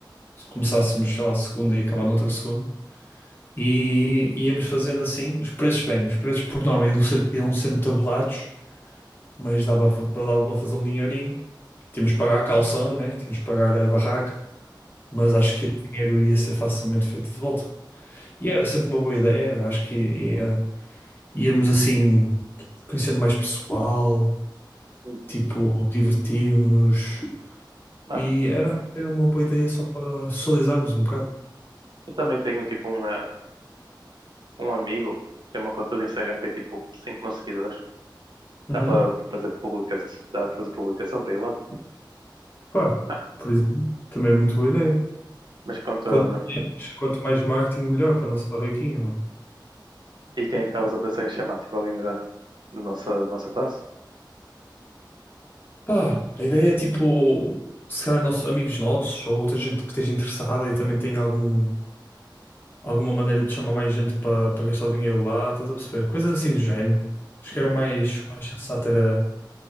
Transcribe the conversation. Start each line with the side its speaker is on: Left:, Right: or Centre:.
Left: se começássemos, sei lá, segunda e acabar noutra segunda, e íamos fazendo assim, os preços bem, os preços por norma iam sendo, iam sendo tabelados, mas dava, fa- dava para fazer um dinheirinho, tínhamos que pagar a calção, né, tínhamos que pagar a barraca, mas acho que o dinheiro ia ser facilmente feito de volta, e era sempre uma boa ideia, era, acho que ia- íamos assim, conhecendo mais pessoal,
Right: Uhum.
Left: Tipo, divertirmos-nos.
Right: Mano,
Left: E era era uma boa ideia só para socializarmos um bocado.
Right: eu também tenho tipo um, eh, um amigo, tem uma conta do Instagram, tem tipo 5 mil seguidores.
Left: Uhum.
Right: Dá para fazer publicação, dá para fazer publicação para ir lá.
Left: Pá,
Right: Mano,
Left: por exemplo, também é muito boa ideia.
Right: mas conta,
Left: Quanto mais, quanto mais marketing, melhor para a nossa barraquinha, mano.
Right: e quem é que estavas a pensar em chamar? Tipo alguém da, da nossa, nossa classe?
Left: Pá, a ideia é tipo, se calhar nossos, amigos nossos ou outra gente que esteja interessada e também tem algum, alguma maneira de chamar mais gente para para gastar o dinheiro lá, estás a perceber? Coisas assim do género. Acho que era
Right: Uhum.
Left: o mais, mais sensato era